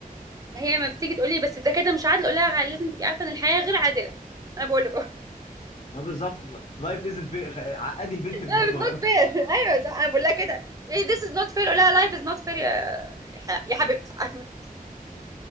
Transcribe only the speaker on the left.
اه بالظبط لايف ازنت في عقدي البنت من
وهي صغيره
<laughs>